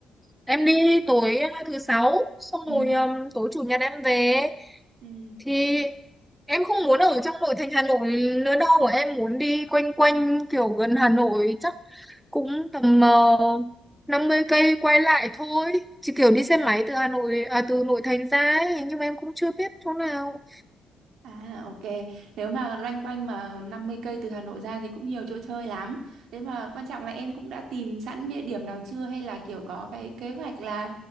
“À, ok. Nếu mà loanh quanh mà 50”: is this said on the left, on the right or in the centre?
Right